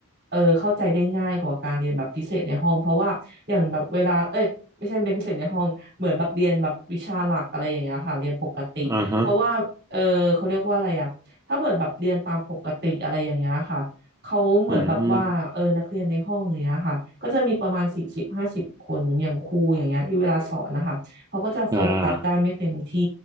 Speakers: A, on the right; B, on the right.
A: เออเข้าใจได้ง่ายกว่าการเรียนแบบพิเศษในห้องเพราะว่าอย่างแบบเวลาเอ้ยไม่ใช่เรียนพิเศษในห้องเหมือนแบบเรียนแบบวิชาหลักอะไรอย่างเงี้ยค่ะเรียนปกติเพราะว่าเออเขาเรียกว่าอะไรอะถ้าเกิดแบบเรียนตามปกติอะไรอย่างเงี้ยค่ะเขาเหมือนแบบว่าเออนักเรียนในห้องอย่างเงี้ยค่ะก็จะมีประมาณสี่สิบห้าสิบคนอย่างครูอย่างเงี้ยที่เวลาสอนนะคะ
B: อ่าฮะอืมอม
A: เขาก็จะโฟกัสได้ไม่เต็มที่
B: อ่า